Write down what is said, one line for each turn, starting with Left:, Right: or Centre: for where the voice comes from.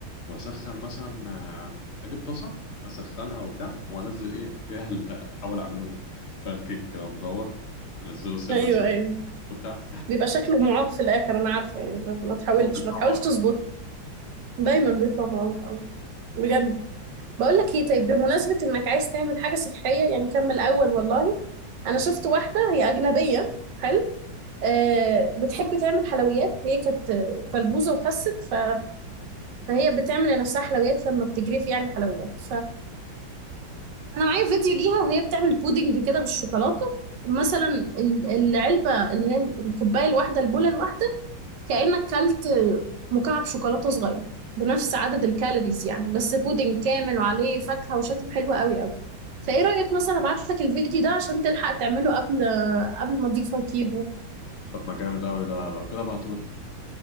Left: واسخن مثلا آه، اجيب طاسه اسخنها وبتاع وانزل ايه فيها ال- احاول اعمله <laughs> بان كيك كده مدور انزله سنه
Right: ايوه
Left: سنه
Right: ايوه
Left: وبتاع
Right: بيبقى شكله معاق في الاخر انا عارفه يعني ما ما تحاولش
Left: المهم طبعا
Right: ما تحاولش تظبطه دايما بيطلع معاق أوي. بجد بقول لك ايه طيب بمناسبه انك عايز تعمل حاجه صحيه يعني كمل اول والله انا شفت واحده هي اجنبيه حلو أه بتحب تعمل حلويات هي كانت آه، كلبوزه وخست ف... فهي بتعمل لنفسها حلويات لما بتجري في يعني حلويات انا معايا فيديو ليها وهي بتعمل بودنج كده بالشوكولاته مثلا ال- العلبه اللي هي الكوبايه الواحده البوله الواحده كانك كلت مكعب شوكولاته صغير بنفس عدد الكالوريز يعني بس بودنج كامل وعليه فاكهه وشكله حلو قوي قوي فايه رايك مثلا ابعت لك الفيديو ده عشان تلحق تعمله قبل قبل ما اضيفه كيبو
Left: طب ما جامد قوي ده لو كده ابعتهولي